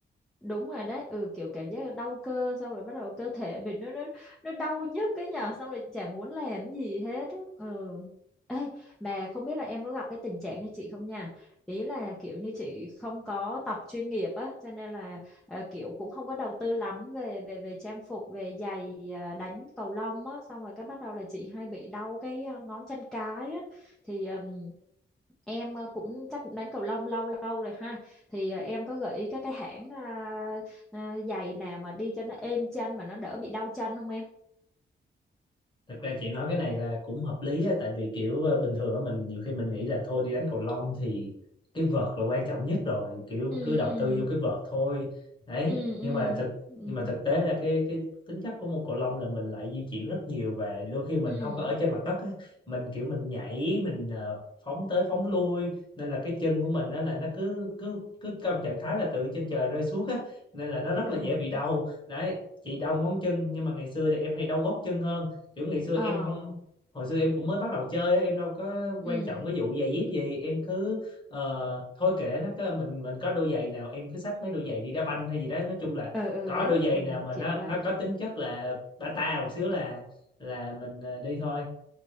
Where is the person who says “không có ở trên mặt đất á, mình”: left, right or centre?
Left